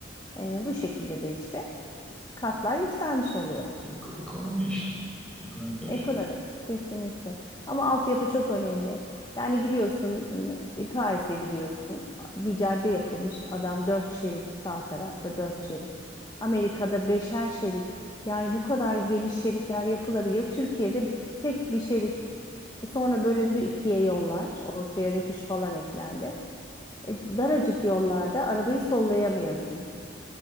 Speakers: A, on the left; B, in the centre.
A: E, bu şekilde de işte katlar yükselmiş oluyor.
B: E- Ekonomi işte. Ekonomik her
A: Ekonomi
B: şey.
A: kesinlikle. Ama altyapı çok önemli. Yani gidiyorsun m- bir Paris'e gidiyorsun. Bir cadde yapılmış. Adam dört şerit sağ tarafta dört şerit. Amerika'da beşer şerit. Yani bu kadar geniş şeritler yapılabiliyor. Türkiye'de tek bir şerit. Sonra bölündü ikiye yollar. Ortaya refüj falan eklendi. E, daracık yollarda arabayı sollayamıyorsun.